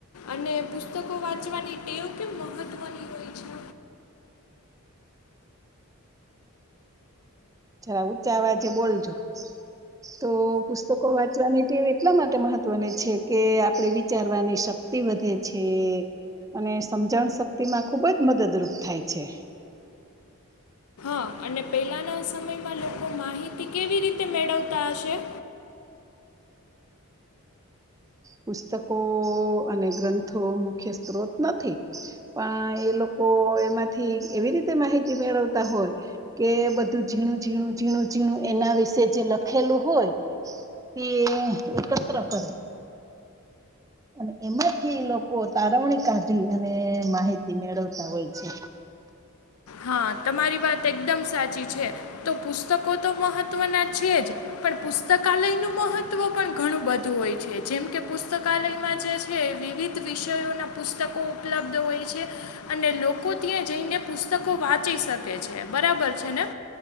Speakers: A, on the left; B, on the right.
A: અને પુસ્તકો વાંચવાની ટેવ કેમ મહત્વની હોય છે?
B: જરા ઊંચા અવાજે બોલજો. તો પુસ્તકો વાંચવાની ટેવ એટલા માટે મહત્વની મહત્વને છે કે, આપણે વિચારવાની શક્તિ વધે છે, અને સમજણ શક્તિ માં ખૂબ જ મદદરૂપ થાય છે.
A: હા, અને પહેલાંના સમયમાં લોકો માહિતી કેવી રીતે મેળવતા હશે?
B: પુસ્તકો અને ગ્રંથો મુખ્ય સ્ત્રોત નથી, પણ એ લોકો એમાંથી એવી રીતે માહિતી મેળવતા હોય કે, બધું ઝીણું ઝીણું, ઝીણું ઝીણું એના વિશે જે લખેલું હોય, તે એકત્ર કરે. અને એમાંથી લોકો તારવણી કાદી, અને માહિતી મેળવતા હોય છે.
A: હા, તમારી વાત એકદમ સાચી છે. તો પુસ્તકો તો મહત્વના છે જ, પણ પુસ્તકાલયનું મહત્વ પણ ઘણું બધું હોય છે. જેમ કે, પુસ્તકાલયમાં જે છે, વિવિધ વિષયોના પુસ્તકો ઉપલબ્ધ હોય છે, અને લોકો ત્યાં જઈને પુસ્તકો પુસ્તકો વાંચી શકે છે. બરાબર છે ને?